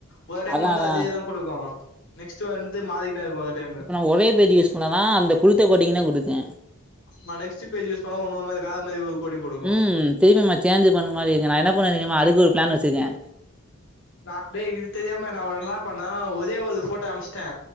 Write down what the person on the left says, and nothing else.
ஒர்ரோரு டைம்
வந்து
அதே தா குடுக்கும் நெக்ஸ்ட்டு வந்து மாரினே இருக்கு ஒர்ரோரு டைம்மு
ஆமா நெக்ஸ்ட் பேஜ் யூஸ் பண்ணா ஒன்னு மாரி வேற மாரி ஒரு கோடிங் குடுக்கு
டிஃப்
ஆ
நா டேய் இது தெரியாம நா ஒரு லா பண்ணே ஒரே ஒரு போட்டோ அம்ஸ்டே